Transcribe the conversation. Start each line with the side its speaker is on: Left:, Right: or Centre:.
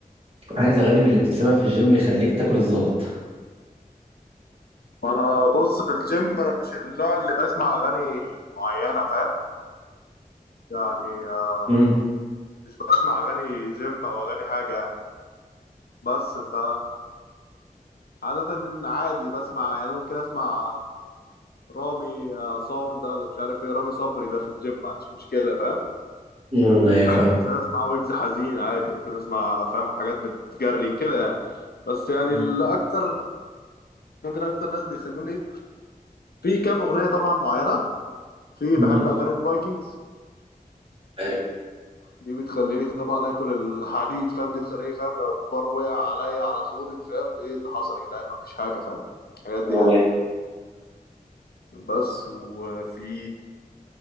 Right: عايز اغاني من اللي بتتسمع في الجيم يخليك تاكل الزلط
Left: انا بص في الجيم انا مش النوع اللي بسمع اغاني معينه فاهم يعني آه،
Right: امم
Left: مش بسمع اغاني جيم او اغاني حاجه يعني بس ف عاده ان عادي بسمع يعني ممكن اسمع رامي عصام ده اللي مش عارف ايه رامي صبري ده في الجيم ما عنديش مشكله فاهم
Right: امم ايوه فاهم
Left: ممكن اسمع ويجز حزين عادي ممكن اسمع فاهم حاجات بتجري كده يعني بس يعني
Right: مم.
Left: الاكتر ممكن اكتر ناس بيخلوني في كام اغنيه طبعا معينه في
Right: مم.
Left: بحب اغاني الفايكنجز
Right: حلو.
Left: دي بتخليني طبعا اكل الحديد فاهم دي تخليني فاهم لو البار وقع عليا على زوري فاهم ايه اللي حصل يا جدعان مفيش حاجه فاهم الحاجات
Right: يعني.
Left: دي يعني بس وفي